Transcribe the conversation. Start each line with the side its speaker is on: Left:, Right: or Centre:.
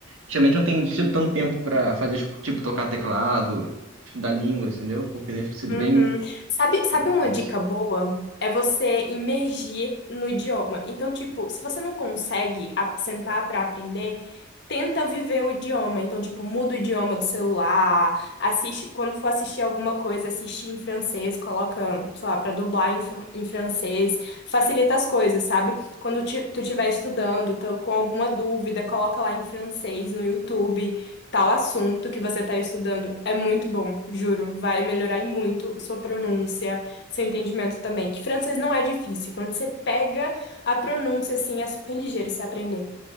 Right: Geralmente não tenho tido tanto tempo pra fazer, tipo, tocar teclado, estudar língua, entendeu? Porque deve sido
Left: Uhum.
Right: bem.
Left: Sabe, sabe uma
Right: difícil.
Left: dica boa? É você imergir no idioma. Então, tipo, se você não consegue a- sentar para aprender, tenta viver o idioma. Então, tipo, muda o idioma do celular, assiste, quando for assistir alguma coisa, assiste em francês, coloca, sei lá, para dublar em, fr- em francês. Facilita as coisas, sabe? Quando ti- tu estiver estudando, tá com alguma dúvida, coloca lá em francês no YouTube. Tal assunto que você está estudando é muito bom, juro. Vai melhorar em muito sua pronúncia, seu entendimento também. Que francês não é difícil. Quando você pega a pronúncia, assim, é super ligeiro você aprender.